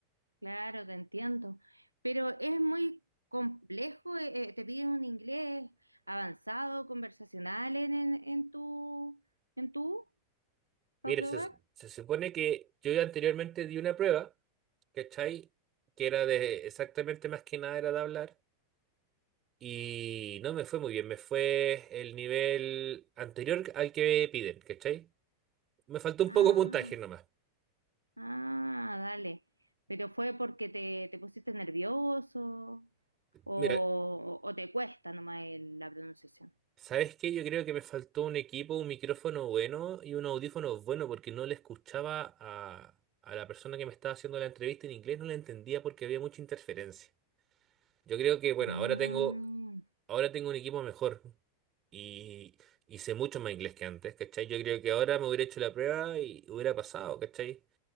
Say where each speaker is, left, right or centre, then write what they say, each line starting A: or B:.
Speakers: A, on the right; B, on the right.
A: Claro, te entiendo, pero es muy complejo, eh, eh, te piden un inglés avanzado, conversacional en, en, en tu, en tu, para
B: Mire,
A: probar.
B: se, se supone que yo ya anteriormente di una prueba, ¿cachai? Que era de exactamente más que nada era de hablar. Y no me fue muy bien, me fue el nivel anterior al que piden, ¿cachai? Me faltó un
A: Ah,
B: poco de puntaje nomás.
A: ah, dale, pero fue porque te, te pusiste nervioso o,
B: Mira,
A: o te cuesta nomás el- la pronunciación.
B: ¿sabes qué? Yo creo que me faltó un equipo, un micrófono bueno y un audífono bueno porque no le escuchaba a, a la persona que me estaba haciendo la entrevista en inglés, no la entendía porque había mucha interferencia. Yo creo que, bueno,
A: Mm.
B: ahora tengo ahora tengo un equipo mejor y, y sé mucho más inglés que antes, ¿cachai? Yo creo que ahora me hubiera hecho la prueba y hubiera pasado, ¿cachai?